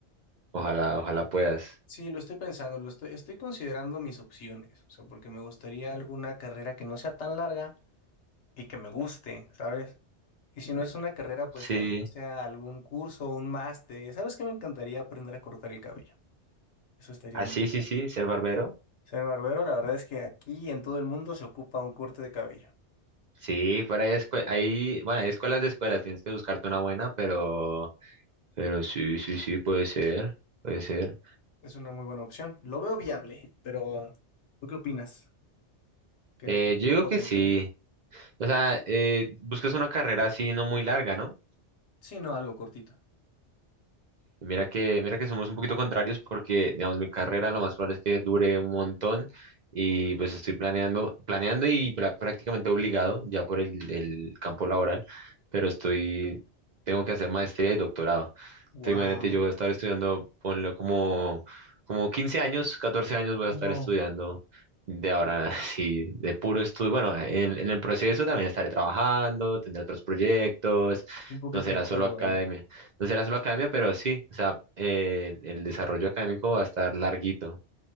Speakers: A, on the right; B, on the left.
A: Ojalá, ojalá puedas.
B: Sí, lo estoy pensando, lo estoy, estoy considerando mis opciones, o sea, porque me gustaría alguna carrera que no sea tan larga y que me guste, ¿sabes? Y si no es una carrera, pues
A: Sí.
B: que no sea algún curso o un máster. ¿Sabes qué? Me encantaría aprender a cortar el cabello. Eso estaría
A: Ah,
B: muy
A: sí,
B: padre.
A: sí, sí, ser barbero.
B: Ser barbero, la verdad es que aquí en todo el mundo se ocupa un corte de cabello.
A: Sí, por ahí escue- hay, bueno, hay escuelas de escuelas, tienes que buscarte una buena, pero, pero sí, sí, sí, puede ser, puede ser.
B: Es una muy buena opción. Lo veo viable, pero ¿tú qué opinas? ¿Crees
A: Eh,
B: que tengo
A: yo digo
B: potencial?
A: que sí. O sea, eh, buscas una carrera así no muy larga, ¿no?
B: Sí, no, algo cortito.
A: Y Mira que, mira que somos un poquito contrarios porque, digamos, mi carrera lo más probable es que dure un montón y pues estoy planeando, planeando y pra- prácticamente obligado ya por el, el campo laboral, pero estoy, tengo que hacer maestría y doctorado.
B: Wow.
A: Entonces, imagínate, yo voy a estar estudiando, ponle como, como 15 años, 14 años voy
B: No,
A: a estar estudiando de ahora, <laughs> sí, de puro estudio. Bueno, en, en el proceso también estaré trabajando, tendré otros proyectos,
B: un poquito
A: no será
B: de
A: solo
B: todo,
A: academia no será solo academia, pero sí, o sea, eh, el desarrollo académico va a estar larguito.